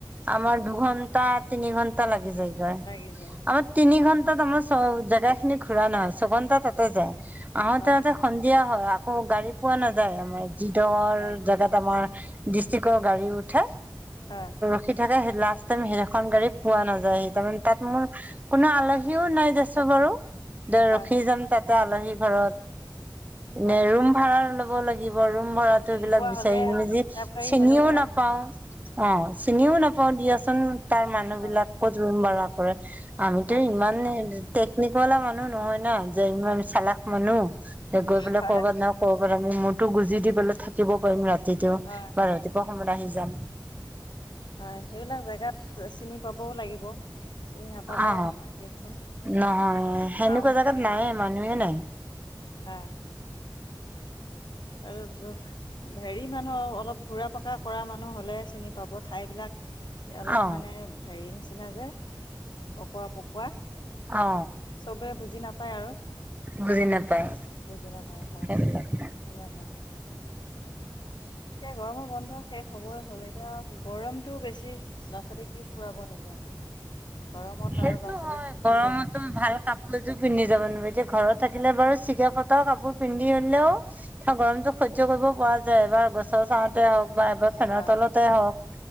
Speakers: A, on the right (about 20°); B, on the left (about 70°).
A: আমাৰ দুঘণ্টা তিনি ঘণ্টা লাগি যায়। হয়
B: লাগি যায়।
A: আমাৰ তিনি ঘন্টাত আমাৰ চ জেগা খিনি ঘুৰা নহয়, ছঘন্টা তাতে যায়। আহোতে
B: হয়,
A: আহোতে সন্ধিয়া হয় আকৌ গাড়ী পোৱা নাযায় আমাৰ যিদখৰ
B: হয়,
A: জেগাত আমাৰ ডিষ্ট্ৰিকৰ গাড়ী উঠে
B: হয়।
A: উঠি থাকে, সেই লাষ্ট টাইম সেইখন গাড়ী পোৱা নাযায় সেইকাৰণে তাত মোৰ কোনো আলহীও নাই দেচো বাৰু। দে
B: হয়,
A: ৰখি
B: হয়,
A: যাম তাতে আলহী ঘৰত
B: হয়।
A: নে ৰুম ভাড়া ল'বলৈ থাকিবৰো ৰুম ভাড়াটো
B: তেনেকুৱা
A: এইবিলাক বিচাৰি
B: হ'লে
A: নাপাওঁ
B: ৰিজাৰ্ভ
A: যে
B: গাড়ী
A: চিনিও
B: হ'লে ভাল
A: নাপাও
B: হয়।
A: অ চিনিও
B: হয়
A: না নাপাও দিয়াচোন তাৰ মানুহবিলাক
B: হয়
A: ক'ত ৰুম ভাড়া কৰে, আমিতো
B: হয়
A: ইমান এই টেকনিকৱালা মানুহ নহয় ন, যে ইমান চালাস মানুহ যে গৈ
B: হয়
A: পেলাই কৰ'বাত নহয় কৰ'বাত আমি মূৰতো গুজি দি পেলায় থাকিব পাৰিম ৰাতিটো
B: হয়
A: বা ৰাতিপুৱা সময়ত আহি যাম।
B: হয়, সেইবিলাক জেগাত চিনি পাবও লাগিব। চিনি নাপালেও
A: অ
B: নহয় দিয়কচোন
A: নহয় সেনেকুৱা
B: টাউন
A: জাগাত
B: হয়
A: নাই মানুহে নাই।
B: হয়। এইবোৰ হেৰি মানুহ অলপ ঘূৰা পকা কৰা মানুহ হ'লে চিনি পাব ঠাইবিলাক এই অলপ
A: অ
B: মানে হেৰি নিচিনা যে অকুৱা - পকুৱা।
A: অ
B: চবে বুজি নাপায় আৰু।
A: বুজি নাপায়
B: বুজি নাপায় হয়
A: সেইবিলাক
B: তেনেকুৱা। এতিয়া গৰমৰ বন্ধ শেষ হবই হ'ল, এতিয়া গৰমটো বেছি ল'ৰা ছোৱালী কি ফুৰাব নিব। গৰমত
A: সেইটো
B: আৰু ল'ৰা ছোৱালীৰ
A: হয়
B: ক্ষতিহে
A: গৰমতো
B: হ'ব
A: ভাল কাপোৰ এযোৰ পিন্ধি যাব নোৱাৰি, এতিয়া ঘৰত থাকিলে বাৰু চিগা ফটা কাপোৰ পিন্ধি হলেও গৰমতো সহ্য কৰিব পৰা যায়, বা গছৰ চাঁহত তে হওঁক বা এবাৰ ফেনৰ
B: হয়
A: তলতে
B: হয়
A: হওঁক